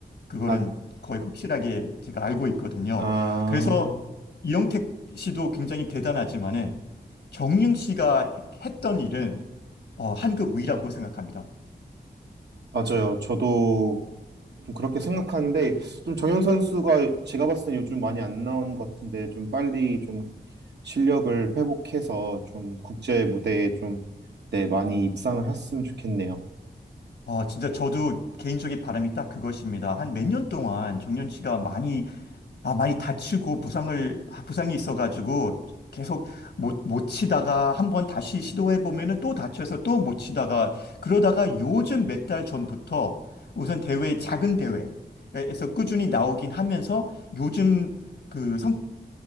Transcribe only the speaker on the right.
아,
아,
맞아요. 저도 좀 그렇게 생각하는데 좀 정현 선수가 제가 봤을 때 요즘 많이 안 나온 것 같은데 좀 빨리 좀 실력을 회복해서 좀 국제 무대에 좀 네, 많이 입상을 했으면 좋겠네요.
음.